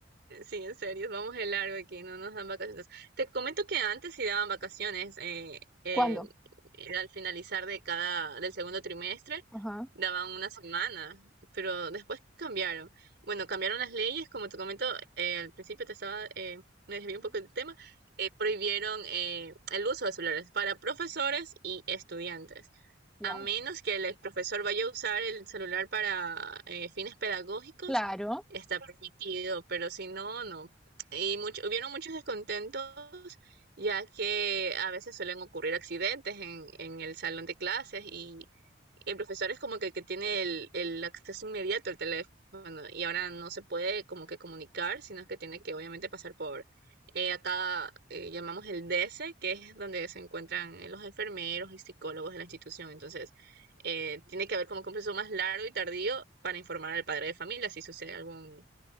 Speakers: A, on the right (about 60°); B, in the centre.
A: Sí, en serio, vamos de largo aquí, no nos dan vacaciones. Te comento que antes sí daban vacaciones, eh, eh,
B: ¿Cuándo?
A: era al finalizar de cada, del segundo trimestre,
B: Ajá.
A: daban una semana, pero después cambiaron. Bueno, cambiaron las leyes, como te comento, eh, al principio te estaba, eh, me desvié un poco del tema, eh, prohibieron eh, el uso de celulares para profesores y estudiantes.
B: Wow.
A: A menos que el profesor vaya a usar el celular para eh, fines pedagógicos,
B: Claro.
A: está permitido, pero si no, no. Y mucho, hubieron muchos descontentos, ya que a veces suelen ocurrir accidentes en, en el salón de clases y el profesor es como que el que tiene el, el acceso inmediato al teléfono y ahora no se puede como que comunicar, sino que tiene que obviamente pasar por eh, acá eh, llamamos el DS, que es donde se encuentran eh, los enfermeros y psicólogos de la institución. Entonces, eh, tiene que haber como que un proceso más largo y tardío para informar al padre de familia si sucede algún